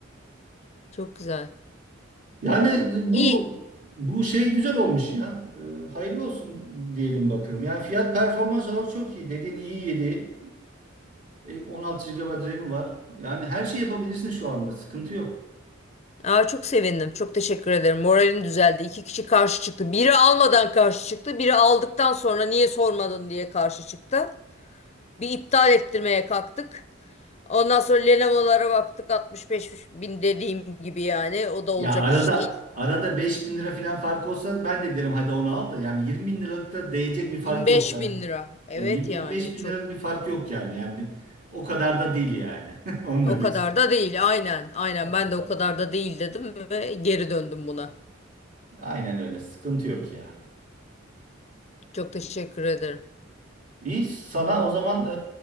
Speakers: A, on the left; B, on the right.
A: Çok güzel.
B: Yani
A: İyi.
B: bu bu şey güzel olmuş ya. Ee, hayırlı olsun diyelim bakalım. Yani fiyat performans olarak çok iyi. Dediğin iyiydi. Ee, 16 GB RAM'i var. Yani her şey yapabilirsin şu anda. Sıkıntı yok.
A: Aa, çok sevindim. Çok teşekkür ederim. Moralim düzeldi. İki kişi karşı çıktı. Biri almadan karşı çıktı. Biri aldıktan sonra niye sormadın diye karşı çıktı. Bir iptal ettirmeye kalktık. Ondan sonra Lenovo'lara baktık Altmış beş bin dediğim gibi yani. O da olacak
B: Ya arada
A: iş değil.
B: arada beş bin lira falan fark olsa ben de derim hadi onu al da yani 20 bin liralık da değecek bir
A: 25
B: fark yok ben.
A: bin lira. Evet
B: Ya 20-25
A: yani
B: bin
A: çok.
B: liralık bir fark yok yani. Yani o kadar da değil yani. <laughs> Onu
A: O
B: demek
A: kadar
B: istiyorum.
A: da değil. Aynen. Aynen
B: O
A: ben
B: kadar.
A: de o kadar
B: da.
A: da değil dedim ve geri döndüm buna.
B: Aynen öyle. Sıkıntı yok ya.
A: Çok teşekkür ederim.
B: İyi sana o zaman e,